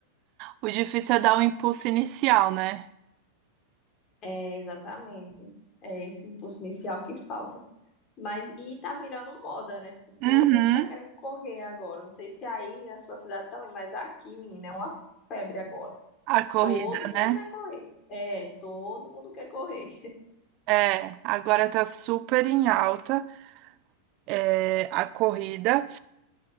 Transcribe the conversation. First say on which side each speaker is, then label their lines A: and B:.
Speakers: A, on the right (about 40°); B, on the left (about 35°).
A: O difícil é dar o impulso inicial, né?
B: É, exatamente. É esse impulso inicial que falta. Mas e tá virando moda, né? Tipo,
A: Uhum.
B: todo mundo tá querendo correr agora. Não sei se aí na sua cidade também, mas aqui, menina, é uma febre agora.
A: A corrida,
B: Todo mundo
A: né?
B: quer correr. É, todo mundo quer correr.
A: É, agora tá super em alta, é, a corrida.